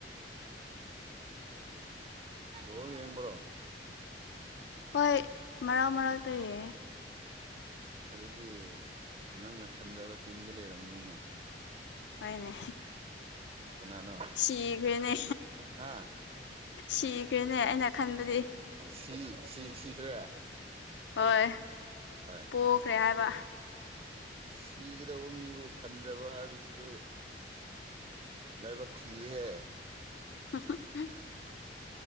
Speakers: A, on the right; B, on the left.
A: ꯣ ꯌꯦꯝꯕ꯭ꯔꯣ
B: ꯍꯣꯏ ꯃꯔꯥꯎ ꯃꯔꯥꯛ ꯇꯧꯌꯦ
A: ꯑꯗꯨꯗꯤ ꯅꯪꯅ ꯈꯟꯖꯕ ꯇꯤꯝꯗꯤ ꯂꯩꯔꯝꯅꯤꯅꯦ
B: ꯍꯣꯏꯅꯦ
A: ꯀꯅꯥꯅꯣ
B: ꯁꯤꯈ꯭ꯔꯦꯅꯦ
A: ꯍꯥ
B: ꯁꯤꯈ꯭ꯔꯦꯅꯦ ꯑꯩꯅ ꯈꯟꯕꯗꯤ
A: ꯁꯤ ꯁꯤ ꯁꯤꯈ꯭ꯔꯦ
B: ꯍꯣꯏ
A: ꯍ
B: ꯄꯣꯛꯈ꯭ꯔꯦ ꯍꯥꯏꯕ
A: ꯁꯤꯒꯗꯧꯕ ꯃꯤꯕꯨ ꯈꯟꯖꯕ ꯍꯥꯏꯕꯁꯤꯁꯨ ꯂꯒꯕꯒ ꯊ ꯍ
B: ꯍ